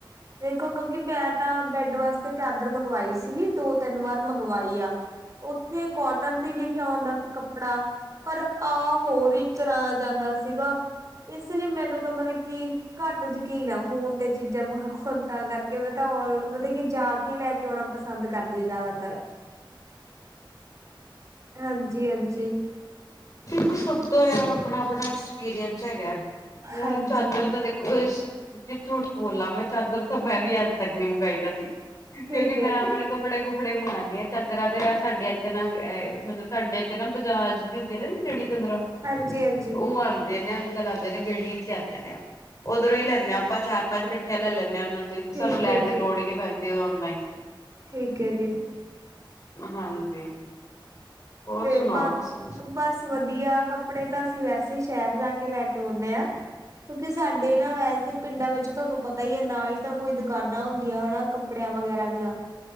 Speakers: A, on the right; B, on the left.
A: ਦੇਖੋ ਕਿਉਂਕਿ ਮੈਂ ਤਾਂ ਬੈੱਡ ਵਾਸਤੇ ਚਾਦਰ। ਮੰਗਵਾਈ ਸੀਗੀ ਦੋ ਤਿੰਨ ਵਾਰ ਮੰਗਵਾਈ ਆ। ਉੱਥੇ ਕੋਟਨ ਦੀ ਲਿਖਿਆ ਹੁੰਦਾ ਸੀ ਕੱਪੜਾ ਪਰ ਆਹ ਹੋਰ ਹੀ ਤਰ੍ਹਾਂ ਜਾਂਦਾ ਸੀਗਾ ਇਸ ਲਈ ਮੈਨੂੰ ਤਾਂ ਮਤਲਬ ਕੀ ਘੱਟ ਯਕੀਨ ਆ ਫੋਨ ਤੇ ਚੀਜ਼ਾਂ ਮੰਗਵਾਉਣ ਤਾਂ ਕਰਕੇ ਮੈਂ ਤਾਂ ਮਤਲਬ ਕਿ ਜਾ ਕੇ ਲੈ ਕੇ। ਜਾਉਣਾ ਪਸੰਦ ਕਰਦੀ ਹੈ ਜ਼ਿਆਦਾਤਰ। ਹਾਂਜੀ ਹਾਂਜੀ।
B: ਦੇਖੋ ਸਭ ਦਾ ਯਾਰ ਆਪਣਾ ਆਪਣਾ ਐਕਸਪੀਰੀਅੰਸ ਹੈਗਾ। ਹੁਣ
A: ਹਾਂਜੀ
B: ਚਾਦਰ ਤਾਂ ਦੇਖੋ। ਜੀ ਝੂਠ ਬੋਲਾਂ ਮੈਂ ਚਾਦਰ ਤਾਂ ਮੈਂ ਵੀ ਅੱਜ ਤੱਕ ਨਹੀਂ ਮੰਗਵਾਈ ਕਦੀ। ਕਿਉਂਕਿ
A: ਠੀਕ ਹੈ
B: ਮੈਂ ਆਪਣੇ
A: ਜੀ
B: ਕੱਪੜੇ ਕੁੱਪੜੇ ਮੰਗਉਂਦਾਂ ਚਾਦਰਾਂ ਤੇ ਯਾਰ ਸਾਡੇ ਇੱਥੇ ਨਾ ਮਤਲਬ ਸਾਡੇ ਇੱਥੇ ਨਾ ਬਜਾਰ। ਹੁੰਦੇ ਨੀ ਰੇੜੀ ਤੇ ਚੰਦਰਾ
A: ਹਾਂਜੀ ਹਾਂਜੀ
B: ਉਹ ਆਉਂਦੇ ਨੇ। ਲਾਉਂਦੇ ਨੇ ਗਲੀ ਚ ਆਉਂਦੇ ਨੇ ਉਹ ਓਧਰੋਂ ਹੀ ਲੈਂਦੇ ਹਾਂ ਆਪਾਂ ਚਾਰ ਪੰਜ ਇਕੱਠੀਆਂ ਲੈ ਲੈਂਦੇ ਹਾਂ ਉਹਨਾਂ ਤੋਂ।
A: ਠੀਕ
B: ਸਾਨੂੰ ਲੈਣ
A: ਹੈ
B: ਦੀ
A: ਜੀ
B: ਲੋੜ ਹੀ ਨੀ ਪੈਂਦੀ ਔਨਲਾਈਨ।
A: ਠੀਕ ਹੈ ਜੀ।
B: ਹਾਂਜੀ। ਹੋਰ
A: ਤੇ
B: ਸੁਣਾਓ
A: ਬਾਕ
B: ਤੁਸੀਂ?
A: ਬਸ ਵਧੀਆ, ਕੱਪੜੇ ਤਾਂ ਅਸੀਂ ਵੈਸੇ ਸ਼ਹਿਰ ਜਾ ਕੇ ਲੈ ਕੇ ਆਉਦੇ ਹਾਂ। ਕਿਉਂਕਿ ਸਾਡੇ ਨਾ ਵੈਸੇ ਪਿੰਡਾਂ ਵਿੱਚ ਤੁਹਾਨੂੰ ਪਤਾ ਹੀ ਹੈ ਨਾ ਹੀ ਤਾਂ ਕੋਈ ਦੁਕਾਨਾਂ ਹੁੰਦੀਆਂ ਹਨਾ। ਕੱਪੜਿਆਂ ਵਗੈਰਾ ਦੀਆਂ,